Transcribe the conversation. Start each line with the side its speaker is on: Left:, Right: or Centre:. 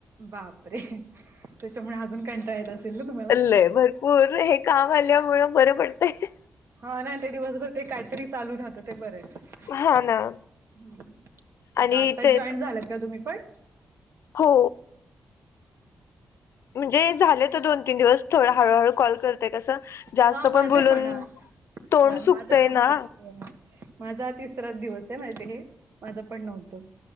Right: बापरे! त्याच्यामुळे अजून कंटाळा येत असेल? ना तुम्हाला?
Left: लय भरपूर हे काम आल्यामुळे बरं पडतंय
Right: हा ना ते दिवसभर ते काहीतरी चालू राहतं ते बरं आहे.
Left: हा ना आणि
Right: आताच
Left: ते
Right: जॉईन्ट झाल्यात का तुम्ही पण?
Left: हो. म्हणजे झाले तर दोन-तीन दिवस थोडा हळूहळू कॉल करते कसं जास्त
Right: हा माझे
Left: बोलून
Right: पण हा
Left: तोंड सुकतय
Right: माझं काय
Left: ना
Right: कसं माझा आज तिसरा दिवस आहे माहिती हे माझं पण नव्हतं.